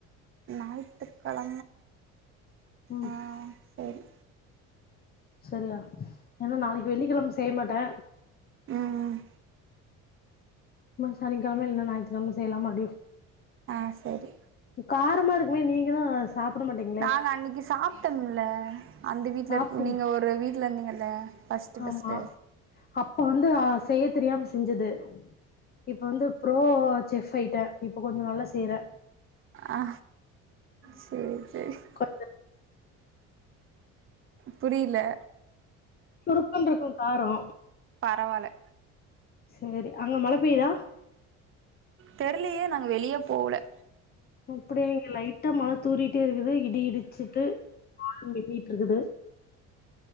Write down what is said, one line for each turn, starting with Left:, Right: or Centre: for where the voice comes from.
Right: ஞாயித்துக்கெழம
Left: ம்
Right: அ செரி
Left: சரியா ஏனா நாளைக்கி வெள்ளிக்கெழம செய்ய மாட்டே
Right: ம் ம்
Left: இந்த சனிக்கெழம இல்ல ஞாயித்திகெழம செய்லாமாடி
Right: ஆ செரி
Left: காரமா இருக்குமே நீங்கதாஸ் சாப்ட மாட்டீங்க
Right: நாங்க அன்னிக்கி சாப்ட்டோமுல அந்த வீட்ல
Left: சாப்ட்டீங்க
Right: இருக்க நீங்க ஒரு வீட்ல இருந்தீங்கல்ல ஃபஸ்ட்டு
Left: ஆமா
Right: ஃபஸ்ட்டு
Left: அப்ப வந்து அ செய்ய தெரியாம செஞ்சது இப்ப வந்து ப்ரோ செஃப் ஆயிட்டே இப்ப கொஞ்சோ நல்லா செய்றே
Right: ஆ சேர் சேர்
Left: <inaudible>
Right: புரில
Left: சுருக்குனு இருக்கு காரோ
Right: பரவால்ல
Left: சேரி அங்க மழ பெய்தா
Right: தெரிலியே நா வெளியே போல
Left: இப்டே இங்க லைட்டா மழ தூறிட்டே இருக்குது இடி இடிச்சிட்டு வானம் மின்னிட்டு இருக்குது